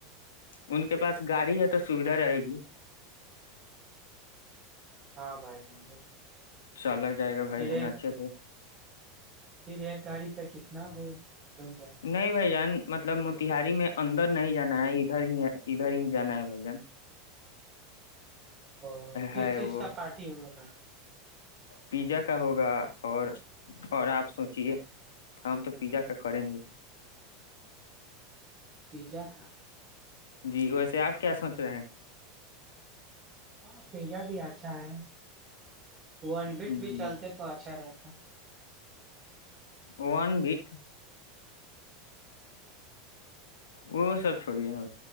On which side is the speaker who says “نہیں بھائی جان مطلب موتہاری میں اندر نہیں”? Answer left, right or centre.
Left